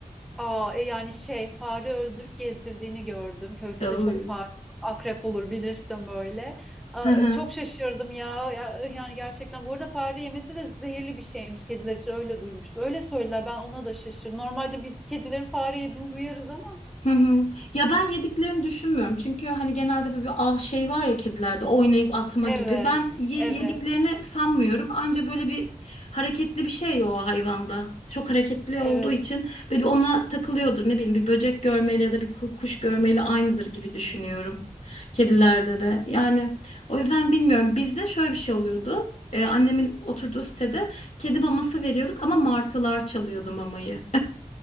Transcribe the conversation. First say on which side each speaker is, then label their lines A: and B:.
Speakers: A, in the centre; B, on the left.
A: Aa, e yani şey fare öldürüp gezdirdiğini gördüm. Köyde
B: Oy.
A: de çok fare olur, akrep olur bilirsem öyle. Aa,
B: <laughs>
A: çok şaşırdım ya. Ya, Yani gerçekten bu arada fare yemesi de zehirli bir şeymiş. Kediler için öyle duymuştu. Öyle söylediler ben ona da şaşırdım. Normalde bir kedilerin fare yediğini duyarız ama.
B: Hı hı. Ya ben yediklerini düşünmüyorum. Çünkü hani genelde böyle bir av şey var ya kedilerde oynayıp atma
A: Evet,
B: gibi. Ben ye-
A: evet,
B: yediklerini sanmıyorum. Anca böyle bir hareketli bir şey ya o hayvanda. Çok hareketli
A: evet.
B: olduğu için böyle bir ona takılıyordur. Ne bileyim bir böcek görmeyle ya da bir ku- kuş görmeyle aynıdır gibi düşünüyorum. Kedilerde de. Yani o yüzden bilmiyorum. Bizde şöyle bir şey oluyordu. Ee, annemin oturduğu sitede kedi maması veriyorduk ama martılar çalıyordu mamayı.